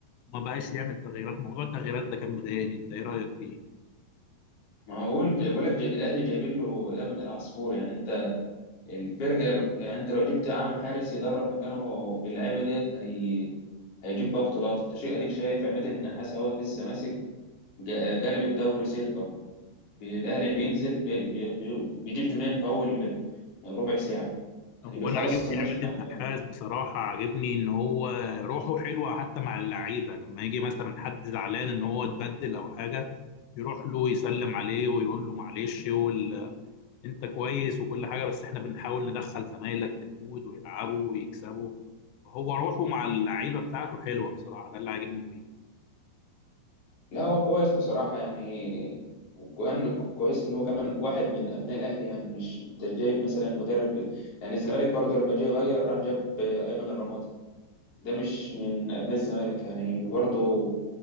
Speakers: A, on the left; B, on the left.
A: ما بقاش يعمل تغييرات موضوع التغييرات ده كان مضايقني انت ايه رأيك فيه؟
B: ما هقول بقول لك جاي- الاهلي جايبين له يا ابن العصفور يعني انت الفرقة لو- يعني انت لو جبت يا عم حارس يدرب مكانه باللعيبة ديت هي هيجيب بقى بطولات انت شيء اديك شايف عماد النحاس اهوت لسه ماسك جا- جلب الدوري سيركا اهو. بي- الاهلي بينزل بي- بي- بي- بيجيب جنان في اول يعني ربع ساعة يعني
A: هو
B: بيخلص
A: انا عاجبني
B: الماتش
A: عماد
B: من
A: النحاس
B: أوله
A: بصراحه عاجبني ان هو روحه حلوه حتى مع اللعيبه لما يجي مثلا حد زعلان ان هو اتبدل او حاجه يروح له يسلم عليه ويقول له معلش وال... انت كويس وكل حاجه بس احنا بنحاول ندخل زمايلك في المود ويلعبوا ويكسبوا هو روحه مع اللعيبه بتاعته حلوه بصراحه ده اللي عاجبني فيه
B: لا هو كويس بصراحة يعني وكمان كويس إن هو كمان واحد من أبناء الأهلي يعني مش أنت جايب مثلا مدرب يعني الزمالك برضه لما جه يغير راح جاب أيمن الرمادي ده مش من أبناء الزمالك يعني برضه